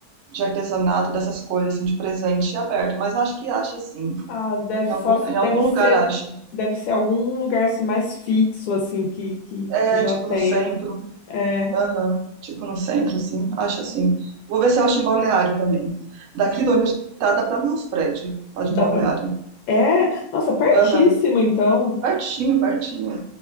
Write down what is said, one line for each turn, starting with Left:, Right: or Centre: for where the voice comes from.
Right: de artesanato, dessas coisas assim, de presente aberto. Mas acho que acha sim.
Left: ah, deve
Right: Em
Left: só
Right: algum, em
Left: deve
Right: algum lugar
Left: ser
Right: acha.
Left: deve ser algum lugar assim mais fixo assim que que,
Right: É
Left: que já
Right: tipo
Left: tenha.
Right: no centro.
Left: né? É,
Right: Aham. Tipo no centro, assim. Acho assim. Vou ver se eu acho em Balneário também. Daqui de onde a gente tá, dá pra ver os prédios lá de
Left: dá
Right: Balneário.
Left: para É, nossa, pertíssimo
Right: Aham.
Left: então.
Right: Pertinho, pertinho.